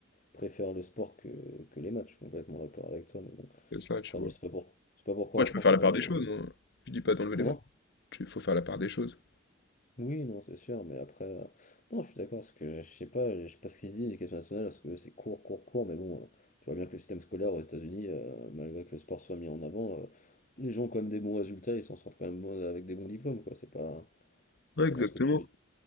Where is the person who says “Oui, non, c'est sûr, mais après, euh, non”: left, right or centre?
Left